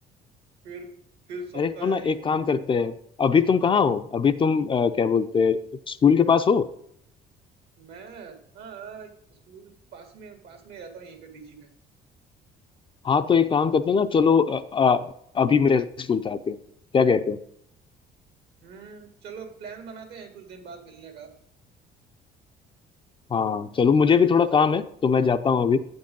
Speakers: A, on the right; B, on the left.
A: फिर फिर सबका
B: अरे सुनो ना
A: एक
B: एक काम करते हैं अभी तुम कहाँ हो अभी तुम अ, क्या बोलते हैं स्कूल के पास हो
A: मैं हाँ स्कूल पास में पास में रहता हूँ यहीं पे पीजी में
B: हाँ तो एक काम करते हैं ना चलो अ, अ, अभी मेरे स्कूल से आते हैं क्या कहते हो
A: हम्म चलो प्लान बनाते हैं कुछ दिन बाद मिलने का
B: हाँ चलो मुझे भी थोड़ा काम है तो मैं जाता हूँ अभी